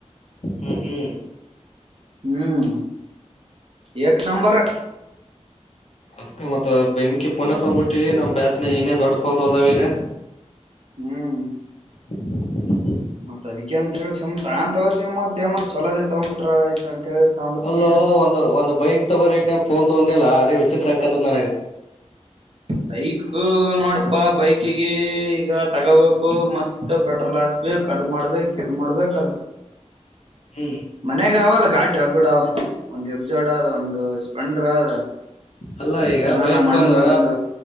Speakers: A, on the left (about 60°); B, on the right (about 55°).
A: ಹ್ಮ್ ಹ್ಮ್
B: ಹ್ಮ್ ಎ ನಂಬರ್
A: ಅದ್ಕ ಮತ್ತತ್ ಬೆಂಕಿ ಪೊನೆ ತೊಡ್ಬಿಟ್ಟಿ ನಮ್ ಬ್ಯಾಚ್ನ ಏನೇ ದೊಡ್ಡ ಪಂತಂದಾವ ಈಗ
B: ಹ್ಮ್
A: ಹಾ
B: ಮತ್ ಅದಕ ಅಂತೇಳಿ ಸುಮ್ನ್ ತಗೋತ ಮತ್ ಏ ಮಾಡ್ ಚಲೋದೇ ತಗೊ ಬಿಟ್ರ ಆಯ್ತ ಅಂತೇಳಿ ತಗೊಂಡ್ಬಿಟ್ನಿ
A: ಅಲ್ಲೋ ಒಂದು ಒಂದು ಬೈಕ್ ತಗೋನೆನ್ ಒಂದ ಅಲ್ಲ ಅದೇ ವಿಚಿತ್ರ ಆಗ್ಕತದ ನನಗೆ
B: ಬೈಕ್ ನೋಡಪಾ ಬೈಕಿಗೆ ಈಗ ತಗೋಬೇಕು ಮತ್ ಪೆಟ್ರೋಲ್ ಹಾಸ್ಬೇಕು ಕದ್ ಮಾಡ್ಬೇಕ ಕದ್ ಮಾಡ್ಬೇಕ ಅದಕ್
A: ಹ್ಮ್
B: ಮನ್ಗ ಅವಲ್ಲ ಗಾಡ ರಗೂಡ ಅವ ಒಂದ್ ಎಬ್ ಜೋಡ ಅದ ಒಂದು ಸ್ಪಂಡರ್ ಅದ
A: ಅಲ್ಲ ಈಗ
B: ಇನ್ನ
A: ಬೈಕ್
B: ನಮ್ಮ ಅಣ್ಣಂದು
A: ತೊಂದ್ರ
B: ಒಂದು